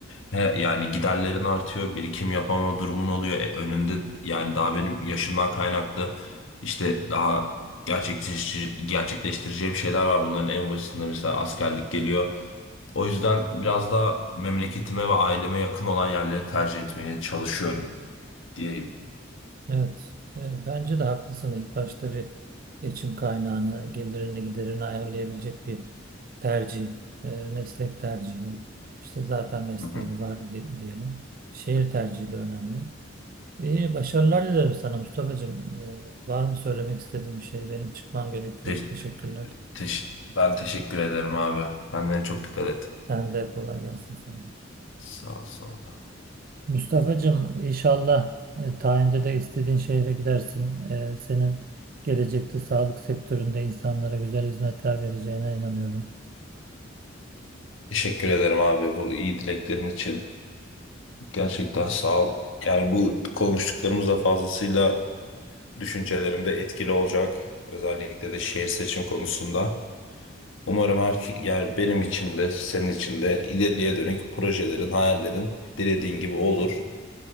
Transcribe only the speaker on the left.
He, yani giderlerin artıyor, birikim yapamama durumun oluyor. E, önünde yani daha benim yaşımdan kaynaklı işte daha gerçekleştirici, gerçekleştireceğim şeyler var. Bunların en başında mesela askerlik geliyor. O yüzden biraz daha memleketime ve aileme yakın olan yerleri tercih etmeye çalışıyorum diyeyim.
Hı hı.
Te-
teş- ben teşekkür ederim abi. Kendine çok dikkat et.
Sağ ol sana da.
Teşekkür ederim abi bu iyi dileklerin için. Gerçekten sağ ol. Yani bu konuştuklarımız da fazlasıyla düşüncelerimde etkili olacak. Özellikle de şehir seçim konusunda. Umarım her yani benim için de senin için de ileriye dönük projelerin, hayallerin dilediğin gibi olur.